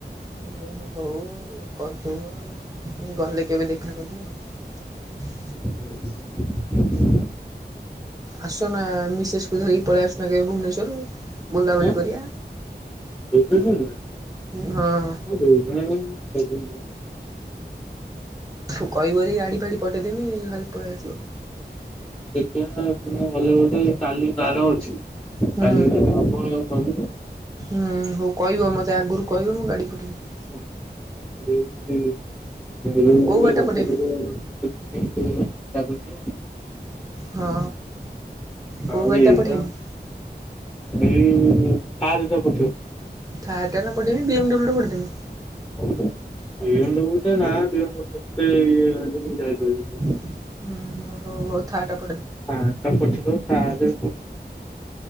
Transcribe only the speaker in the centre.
<inaudible>
ଆଁ?
ଭୁବନେଶ୍ୱରରେ?
ଭୁବନେଶ୍ୱରରେ ଦେବେନି।
ହଁ ଦେଖିବା ଗଲେ ବୋଧେ। କାଲି ବାର ଅଛି
କାଲି ଯଦି ହବ। କରିବ।
<inaudible>
<inaudible>
ଆଉ
ଏଇଆ
ଏଇ <inaudible> ଥାର ଟା ପଠେଇବୁ।
ବିଏମଡ଼ବୁଲ ନା ବିଏମଡ଼ବୁଲ ଟା ଏତେ ହେଇଗଲାଣି ଯାଇ ପାରିବିନି।
ଥାର ପଠେଇଦବୁ ଥାର